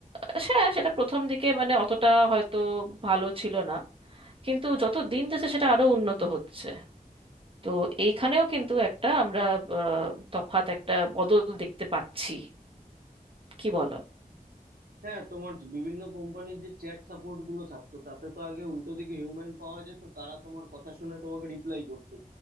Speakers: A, on the right (about 35°); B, on the right (about 80°).
A: আহ, সে সেটা প্রথম দিকে মানে অতটা হয়তো ভালো ছিল না কিন্তু যত দিন যাচ্ছে সেটা আরো উন্নত হচ্ছে তো এইখানেও কিন্তু একটা আমরা আহ, তফাৎ একটা বদল দেখতে পাচ্ছি কি বলো
B: হ্যাঁ তোমার বিভিন্ন কোম্পানির যে চ্যাট সাপোর্ট গুলো থাকতো তাতে তো আগে উল্টো দিকে হিউম্যান পাওয়া যেত তারা তোমার কথা শুনে তোমাকে রিপ্লাই করতো